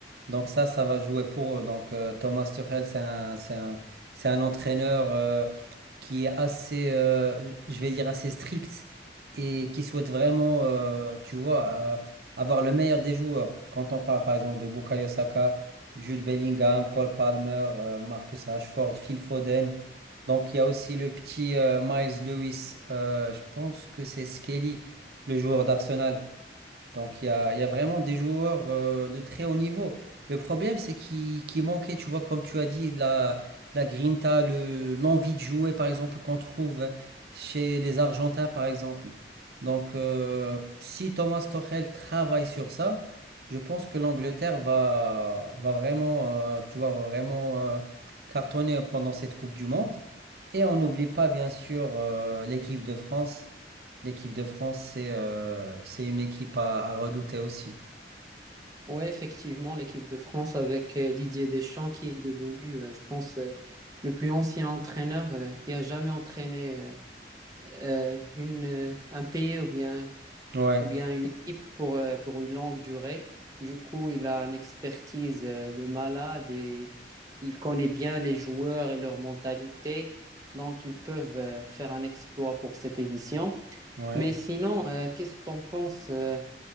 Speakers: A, on the right (about 60°); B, on the right (about 20°).
A: Donc ça, ça va jouer pour eux. Donc euh, Thomas Tuchel, c'est un, c'est un, c'est un entraîneur euh, qui est assez, euh, je vais dire, assez strict et qui souhaite vraiment, euh, tu vois, euh, avoir le meilleur des joueurs. Quand on parle par exemple de Bukayo Saka, Jude Bellingham, Cole Palmer, euh, Marcus Rashford, Phil Foden. Donc il y a aussi le petit euh, Miles Lewis, euh, je pense que c'est Skelly, le joueur d'Arsenal. Donc il y a, il y a vraiment des joueurs euh, de très haut niveau. Le problème, c'est qu'il qu'il manquait, tu vois, comme tu as dit, la, la grinta, le, l'envie de jouer, par exemple, qu'on trouve chez les Argentins, par exemple. Donc euh, si Thomas Tuchel travaille sur ça, je pense que l'Angleterre va, va vraiment, euh, tu vois, va vraiment euh, cartonner pendant cette Coupe du Monde. Et on n'oublie pas, bien sûr, euh, l'équipe de France. L'équipe de France, c'est euh, c'est une équipe à, à redouter aussi.
B: Oui, effectivement, l'équipe de France avec euh, Didier Deschamps qui est devenu, euh, je pense, euh, le plus ancien entraîneur euh, qui a jamais entraîné euh, euh, une, euh, un pays ou bien,
A: Ouais,
B: ou bien une équipe pour, euh, pour une longue durée. Du coup, il a une expertise euh, de malade et il connaît bien les joueurs et leur mentalité. Donc, ils peuvent euh, faire un exploit pour cette édition.
A: ouais.
B: Mais sinon, euh, qu'est-ce que tu en penses? euh,